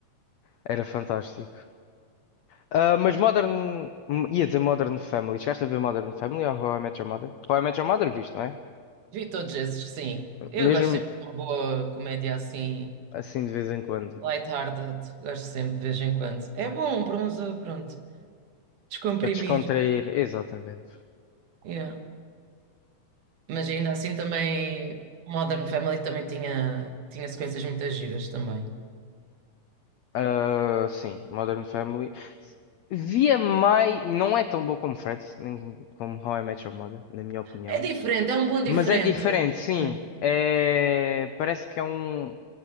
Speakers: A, on the left; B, on the right.
A: Era fantástico. Ah, mas Modern. hum, Ia dizer Modern Family. Chegaste a ver Modern Family ou How I Met Your Mother? How I Met Your Mother, visto, não é?
B: Vi todos esses, sim. Eu
A: Mesmo
B: gosto sempre de uma boa comédia assim
A: assim de vez em quando.
B: Lighthearted, gosto sempre de vez em quando. É bom para uma pessoa, pronto, descomprimir.
A: Para descontrair. Exatamente.
B: yeah. Mas ainda assim também, Modern Family também tinha, tinha sequências muito giras também.
A: Ah, sim, Modern Family. Via mais. Não é tão boa como Fred, nem como How I Met Your Mother, na minha opinião.
B: É diferente, é um bom diferente.
A: Mas é diferente, sim.
B: É.
A: É... Parece que é um...